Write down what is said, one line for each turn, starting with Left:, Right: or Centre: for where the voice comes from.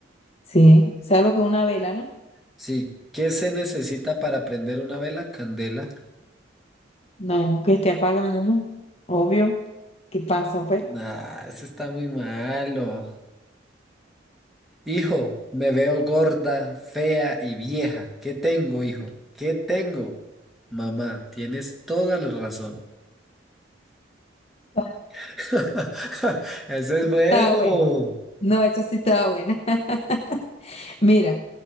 Left: sí. ¿Sabes lo que es una vela, no?
Centre: Sí. ¿Qué se necesita para prender una vela? Candela.
Left: No, que esté apagado, obvio. ¿Qué pasa, pues?
Centre: Nah, eso está muy malo. Hijo, me veo gorda, fea y vieja. ¿Qué tengo, hijo? ¿Qué tengo? Mamá, tienes toda la razón.
Left: Oh,
Centre: <laughs> Eso es
Left: esta
Centre: bueno.
Left: estaba buena. No, esa sí estaba buena. <laughs> Mira,